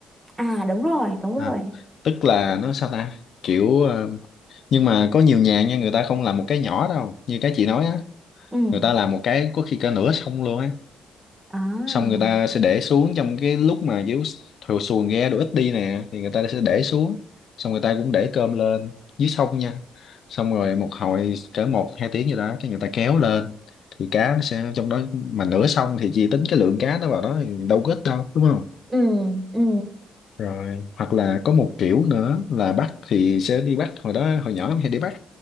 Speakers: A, on the right; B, on the left.
A: à đúng rồi đúng rồi
B: à tức là nó sao ta kiểu ờ, nhưng mà có nhiều nhà nha người ta không làm một cái nhỏ đâu như cái chị nói á
A: ừ
B: người ta làm một cái có khi cả nửa xong luôn á
A: à
B: xong người ta sẽ để xuống trong cái lúc mà kiểu thuyền xuồng ghe đồ ít đi nè thì người ta sẽ để xuống xong người ta cũng để cơm lên dưới sông nha xong rồi một hồi cỡ một hai tiếng gì đó cái người ta kéo lên thì cá nó sẽ trong đó mà nửa sông thì chỉ tính cái lượng cá nó vào đó thì đâu có ít đâu đúng không
A: ừ ừ
B: rồi hoặc là có một kiểu nữa là bắt thì sẽ đi bắt hồi đó hồi nhỏ em hay đi bắt